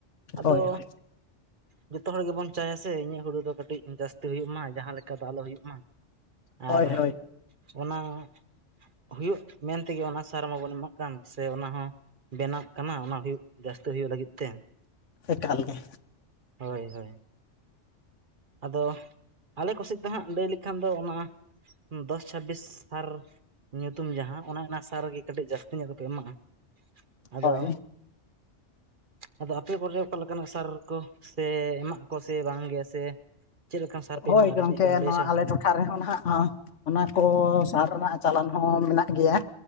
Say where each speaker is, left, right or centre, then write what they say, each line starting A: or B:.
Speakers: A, on the right (about 45°); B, on the left (about 80°).
A: ᱟᱫᱚ
B: ᱦᱳᱭ ᱦᱳᱭ
A: ᱡᱚᱛᱚ ᱦᱚᱲ ᱜᱮᱵᱚᱱ ᱪᱟᱭᱟ ᱥᱮ ᱤᱧᱟᱹᱜ ᱦᱩᱲᱩ ᱫᱚ ᱠᱟᱹᱴᱤᱡ ᱡᱟᱹᱥᱛᱤ ᱦᱩᱭᱩᱜ ᱢᱟ, ᱡᱟᱦᱟᱸ ᱞᱮᱠᱟ ᱫᱚ ᱟᱞᱚ ᱦᱩᱭᱩᱜ ᱢᱟ᱾
B: ᱦᱳᱭ
A: ᱟᱨ
B: ᱦᱳᱭ
A: ᱚᱱᱟ ᱦᱚᱸ ᱦᱩᱭᱩᱜ ᱢᱮᱱᱛᱮᱜᱮ ᱚᱱᱟ ᱥᱟᱨ ᱢᱟᱵᱚᱱ ᱮᱢᱟᱜ ᱠᱟᱱ, ᱥᱮ ᱚᱱᱟ ᱦᱚᱸ ᱵᱮᱱᱟᱜ ᱠᱟᱱᱟ ᱚᱱᱟ ᱦᱩᱭᱩᱜ ᱡᱟᱹᱥᱛᱤ ᱦᱩᱭᱩᱜ ᱞᱟᱹᱜᱤᱫ ᱛᱮ᱾
B: ᱮᱠᱟᱞᱜᱮ᱾
A: ᱦᱳᱭ ᱦᱳᱭ᱾ ᱟᱫᱚ ᱟᱞᱮ ᱠᱚᱥᱮᱜ ᱫᱚ ᱦᱟᱸᱜ ᱞᱟᱹᱭ ᱞᱮᱠᱷᱟᱱ ᱫᱚ ᱚᱱᱟ ᱫᱚᱥ ᱪᱷᱟᱵᱵᱤᱥ ᱥᱟᱨ ᱧᱩᱛᱩᱢ ᱡᱟᱦᱟᱸ ᱚᱱᱮ ᱚᱱᱟ ᱥᱟᱨ ᱜᱮ ᱠᱟᱹᱴᱤᱡ ᱡᱟᱹᱥᱛᱤ ᱧᱚᱜ ᱫᱚᱯᱮ ᱮᱢᱟᱜᱼᱟ᱾ ᱟᱫᱚ
B: ᱦᱳᱭ
A: ᱟᱫᱚ ᱟᱯᱮ ᱠᱚᱨᱮ ᱚᱠᱟᱞᱮᱠᱟᱱᱟᱜ ᱥᱟᱨ ᱠᱚ ᱥᱮ, ᱮᱢᱟᱜ ᱠᱚ ᱥᱮ ᱵᱟᱝ ᱜᱮ ᱥᱮ? ᱪᱮᱫ ᱞᱮᱠᱟᱱ ᱥᱟᱨ ᱯᱮ
B: ᱦᱳᱭ
A: ᱮᱢᱟᱜᱼᱟ
B: ᱜᱚᱝᱠᱮ
A: ᱠᱟᱹᱴᱤᱡ ᱵᱮᱱ ᱞᱟᱹᱭ
B: ᱱᱚᱣᱟ
A: ᱥᱮ
B: ᱟᱞᱮ ᱴᱚᱴ ᱠᱷᱟᱨᱮ ᱦᱚᱸ ᱱᱟᱦᱟᱜ ᱱᱚᱜᱼᱚᱭ ᱚᱱᱟ ᱠᱚ ᱥᱟᱨ ᱨᱮᱱᱟᱜ ᱪᱟᱞᱟᱱ ᱦᱚᱸ ᱢᱮᱱᱟᱜ ᱜᱮᱭᱟ᱾